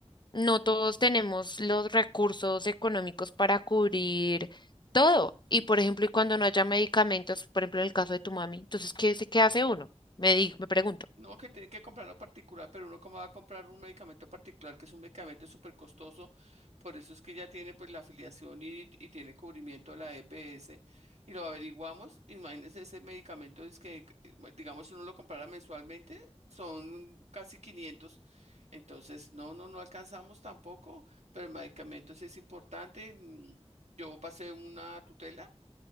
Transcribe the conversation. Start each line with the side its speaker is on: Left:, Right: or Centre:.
Left: no todos tenemos los recursos económicos para cubrir todo. Y por ejemplo, y cuando no haya medicamentos, por ejemplo, en el caso de tu mami, entonces, ¿qué, se- qué hace uno? Me digo, me pregunto.
Right: No, que tiene que comprarlo particular, pero uno cómo va a comprar un medicamento particular, que es un medicamento súper costoso, por eso es que ya tiene pues la afiliación y, y tiene cubrimiento de la EPS, y lo averiguamos, imagínense ese medicamento, es que, eh, digamos, si uno lo comprara mensualmente, son casi 500, entonces no, no, no alcanzamos tampoco, pero el medicamento sí es importante, mm, yo pasé una tutela,